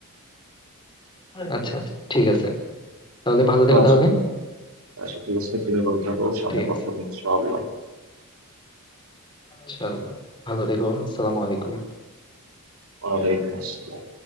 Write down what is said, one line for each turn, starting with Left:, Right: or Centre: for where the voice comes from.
Left: আচ্ছা আচ্ছা ঠিক আছে তাহলে ভালো থেকো
Right: আচ্ছা
Left: তাহলে
Right: আচ্ছা ঠিক আছে তুমি ভালো থাকো সামনে
Left: ঠিক
Right: কথা
Left: আছে
Right: হবে ইনশাআল্লাহ
Left: চলো ভালো থেকো আসসালামু আলাইকুম
Right: ওয়ালাইকুম আসসালাম